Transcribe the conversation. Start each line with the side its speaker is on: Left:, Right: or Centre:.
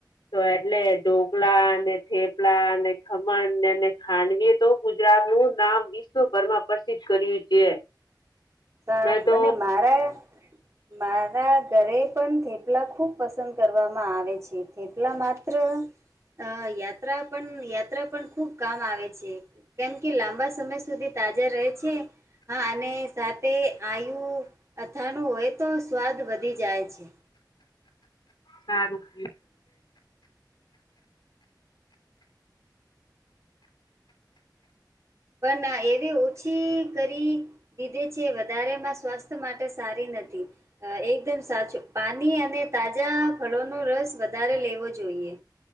Left: તો એટલે દો લા થેપલા ખમણ ખાંડવી તો ગુજરાત નું નામ વિશ્વભર માં પ્રસિદ્ધ કર્યું છે.
Right: સાર
Left: મેં તો
Right: અને મારા મારા ઘરે પણ થેપલા ખૂબ પસંદ કરવામાં આવે છે. એટલા માત્ર અ યાત્રા પણ યાત્રા પણ ખુબ કામ આવે છે. કેમ કે લાંબા સમય સુધી તાજા રહે છે, હા અને સાથે આયુ અથાણું હોય તો સ્વાદ વધી જાય છે.
Left: હારું
Right: પણ એવી ઓછી કરી દીધે છે, વધારે માં સ્વાસ્થ્ય માટે સારી નથી અ એકદમ સાચું પાની અને તાજા ફડોને રસ વધારે લેવો જોઈએ